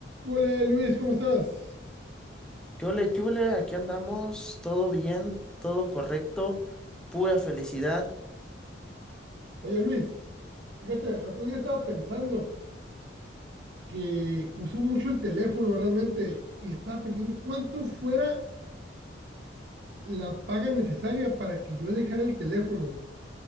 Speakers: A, on the right (about 55°); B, in the centre.
A: Hola Luis, ¿cómo estás?
B: ¿Qué ole, qué ole? Aquí andamos, todo bien, todo correcto, pura felicidad.
A: Oye Luis, fíjate, el otro día estaba pensando que usó mucho el teléfono realmente y estaba pensando cuánto fuera la paga necesaria para que yo dejara el teléfono.